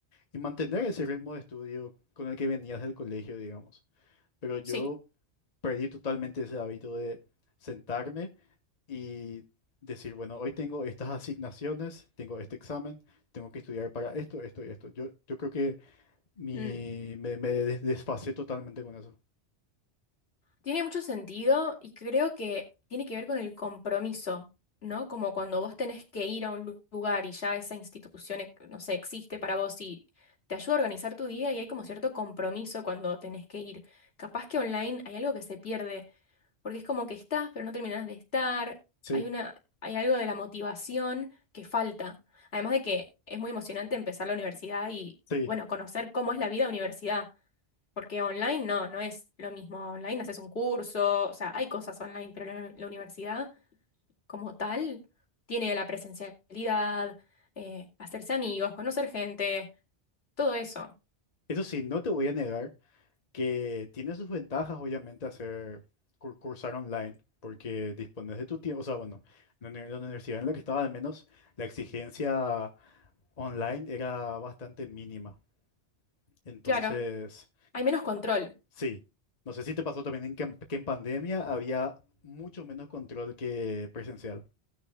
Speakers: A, on the left; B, on the left.
A: y mantener ese ritmo de estudio con el que venías del colegio, digamos. Pero yo
B: Sí.
A: perdí totalmente ese hábito de sentarme y decir, bueno, hoy tengo estas asignaciones, tengo este examen, tengo que estudiar para esto, esto y esto. Yo, yo creo que mi,
B: Mm.
A: me, me des- desfasé totalmente con eso.
B: Tiene mucho sentido y creo que tiene que ver con el compromiso, ¿no? Como cuando vos tenés que ir a un lu- lugar y ya esa institución, ex- no sé, existe para vos y te ayuda a organizar tu día y hay como cierto compromiso cuando tenés que ir. Capaz que online hay algo que se pierde, porque es como que estás, pero no terminás de estar.
A: Sí,
B: Hay una, hay algo de la motivación que falta. Además de que es muy emocionante empezar la universidad y,
A: sí.
B: bueno, conocer cómo es la vida de universidad. Porque online no, no es lo mismo. Online haces un curso, o sea, hay cosas online, pero la, la universidad como tal tiene la presencialidad, eh, hacerse amigos, conocer gente, todo eso.
A: Eso sí, no te voy a negar que tiene sus ventajas, obviamente, hacer cur- cursar online, porque dispones de tu tiempo. O sea, bueno, la uni- la universidad en la que estaba, al menos, la exigencia online era bastante mínima. Entonces,
B: Claro, hay menos control.
A: sí. No sé si te pasó también en que, en que en pandemia había mucho menos control que presencial.